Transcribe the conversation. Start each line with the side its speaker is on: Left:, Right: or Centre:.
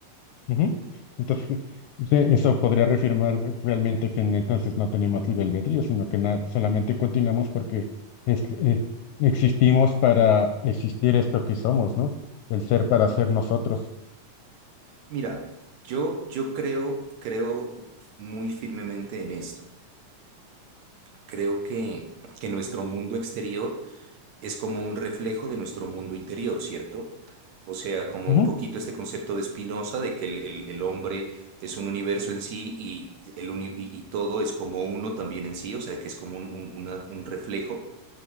Left: Ujú. Entonces, sí, eso podría reafirmar realmente que n- entonces no tenemos libre albedrío, sino que na- solamente continuamos porque es, eh, existimos para existir esto que somos, ¿no? El ser para ser nosotros.
Right: Mira, yo, yo creo, creo muy firmemente en esto. Creo que, que nuestro mundo exterior es como un reflejo de nuestro mundo interior, ¿cierto? O sea, como
Left: Ujú.
Right: un poquito este concepto de Spinoza de que el, el- el hombre es un universo en sí y, el uni- y y todo es como uno también en sí, o sea, que es como un, un una- un reflejo.